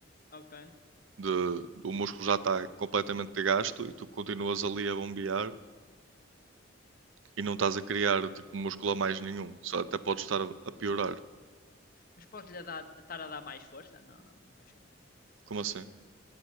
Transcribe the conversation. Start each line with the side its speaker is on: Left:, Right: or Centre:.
Left: ok.
Right: de, o músculo já está completamente gasto e tu continuas ali a bombear e não estás a criar tipo músculo a mais nenhum, só até podes estar a piorar.
Left: Mas pode lhe dar, estar a dar mais força? Não, não, não faz sentido.
Right: Como assim?